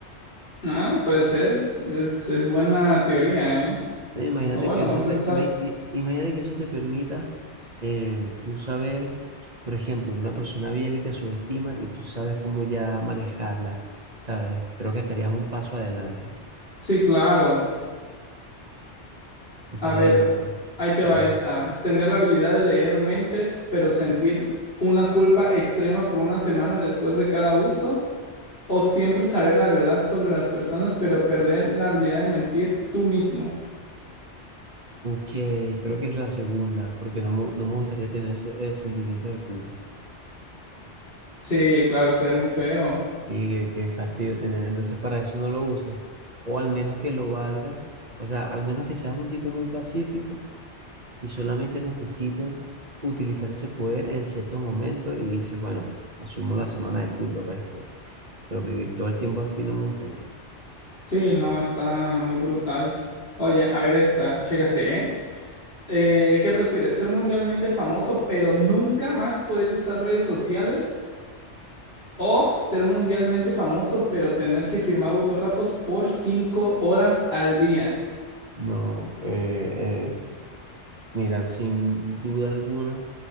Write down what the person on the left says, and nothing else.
Ah, puede ser. Es, es buena teoría, ¿eh?
O bueno,
buen pensar.
Sí, claro.
A ver,
ahí te va
esta. Tener la habilidad de leer mentes, pero sentir una culpa extrema por una semana después de cada uso. O siempre saber la verdad sobre las personas, pero perder la habilidad de mentir tú mismo.
Sí, claro, estaría muy feo.
Sí, no, está muy brutal. Oye, a ver esta, chécate, ¿eh? Eh, ¿qué prefieres? ¿Ser mundialmente famoso, pero nunca más poder usar redes sociales? ¿O ser mundialmente famoso, pero tener que firmar autógrafos por cinco horas al día?